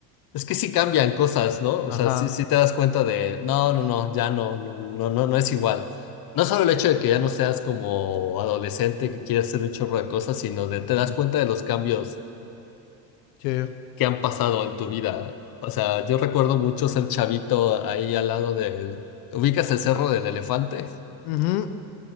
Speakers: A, on the left; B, on the left.
A: Es que sí cambian cosas, ¿no? O
B: Ajá.
A: sea, sí, sí te das cuenta de, no, no, no, ya no, no, no, no, no es igual. No solo el hecho de que ya no seas como adolescente que quieres hacer un chorro de cosas, sino de
B: ujú,
A: te das cuenta de los cambios
B: Sí.
A: que han pasado en tu vida. O sea, yo recuerdo mucho ser chavito ahí al lado del... ¿Ubicas el Cerro del Elefante?
B: Ujú.